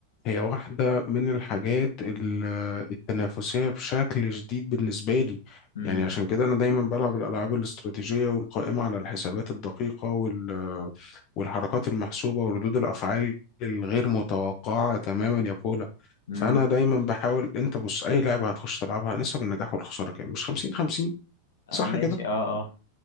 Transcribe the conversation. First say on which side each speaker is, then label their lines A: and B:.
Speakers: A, on the left; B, on the left.
A: هي واحدة من الحاجات ال- التنافسية بشكل شديد بالنسبة لي
B: مم.
A: يعني عشان كده أنا دايما بلعب الألعاب الاستراتيجية والقائمة على الحسابات الدقيقة وال والحركات المحسوبة وردود الأفعال الغير متوقعة تماما يا بولا
B: مم.
A: فأنا دايما بحاول أنت بص أي لعبة هتخش تلعبها نسب النجاح والخسارة كام مش 50 50
B: آه،
A: صح
B: ماشي
A: كده
B: اه